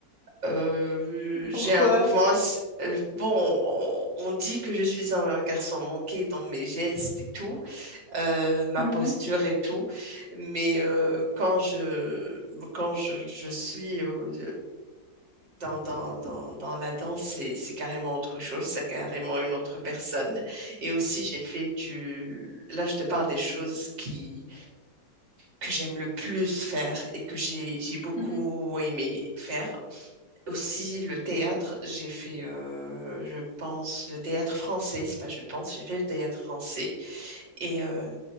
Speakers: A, on the right; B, on the left.
A: Euh, j'ai
B: Pourquoi?
A: un mouvement. ass- euh, Bon, on on dit que je suis un garçon manqué dans mes gestes et tout, euh, ma
B: Mhm,
A: posture et tout, mais euh, quand je, quand je, je suis euh, dans, dans, dans, dans la danse, c'est, c'est carrément autre chose, c'est carrément une autre personne. Et aussi, j'ai fait du... Là, je te parle des choses qui, que j'aime le plus faire et que j'ai, j'ai beaucoup
B: mhm,
A: aimé faire. Aussi, le théâtre, j'ai fait, euh, je pense, le théâtre français. C'est pas je pense, j'ai fait le théâtre français. Et euh,